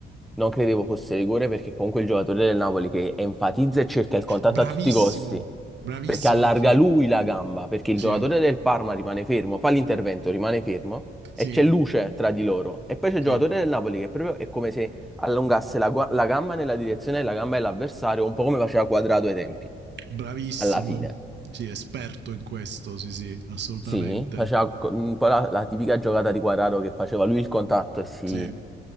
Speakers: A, in the centre; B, on the right.
A: non credevo fosse rigore perché comunque il giocatore del Napoli che enfatizza e cerca il contatto
B: Bravissimo,
A: a tutti i costi,
B: bravissimo
A: perché allarga
B: anche io,
A: lui la gamba, perché il
B: sì,
A: giocatore del Parma rimane fermo, fa l'intervento, rimane fermo
B: sì,
A: e c'è luce tra di loro. E poi c'è il
B: sì.
A: giocatore del Napoli che proprio è come se allungasse la, gua- la gamba nella direzione della gamba dell'avversario, un po' come faceva Quadrato ai tempi,
B: Bravissimo.
A: alla fine.
B: Sì, esperto in questo, sì, sì, assolutamente.
A: Sì, faceva co- un po' la, la tipica giocata di Quadrato che faceva lui il contatto e si...
B: Sì,